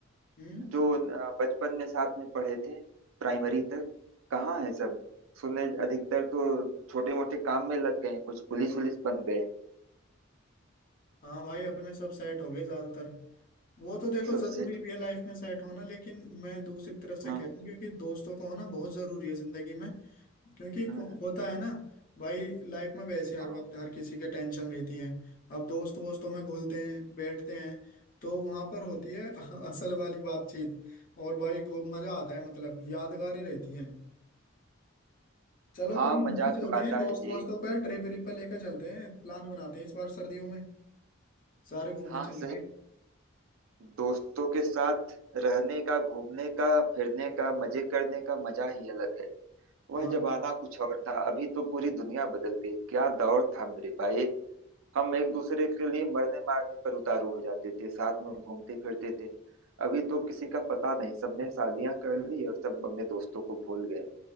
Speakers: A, on the left; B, on the right.
A: हम्म
B: जो अ, बचपन में साथ में पढ़े थे प्राइमरी तक कहाँ है सब सुने अधिकतर तो छोटे मोटे काम में लग गए हैं, कुछ पुलिस वुलिस बन गए हैं।
A: हाँ भाई अपने सब सेट हो गए ज्यादातर वो तो देखो
B: सब
A: जरूरी
B: सेट
A: भी है लाइफ में सेट होना लेकिन मैं दूसरी तरफ से
B: हम्म
A: कह रहा हूँ क्योंकि दोस्तों का होना बहुत जरूरी है जिंदगी में क्योंकि
B: हम्म
A: को- होता है ना भाई लाइफ में वैसे हर
B: हाँ
A: वक्त हर किसी के टेंशन रहती है अब दोस्त वोस्तों में घुलते हैं बैठते हैं तो वहां पर होती है <laughs> असल वाली बातचीत और भाई खूब मजा आता है मतलब यादगारें रहती हैं चलो
B: हाँ,
A: कभी
B: मजा
A: घूमने चलते
B: तो आता
A: हैं दोस्त
B: है जी
A: वोस्तों का ट्रिप व्रिप पर लेकर चलते हैं प्लान बनाते हैं इस बार सर्दियों में सारे घूमने
B: हाँ
A: चलेंगे
B: सही दोस्तों के साथ रहने का घूमने का फिरने का मजे करने का मजा ही अलग है वह
A: हाँ
B: जमाना कुछ और था अभी तो पूरी दुनिया बदल गई क्या दौर था मेरे भाई हम एक दूसरे के लिए मरने मारने पर उतारू हो जाते थे साथ में घूमते फिरते थे अभी तो किसी का पता नहीं सबने शादियां कर ली और सब अपने दोस्तों को भूल गए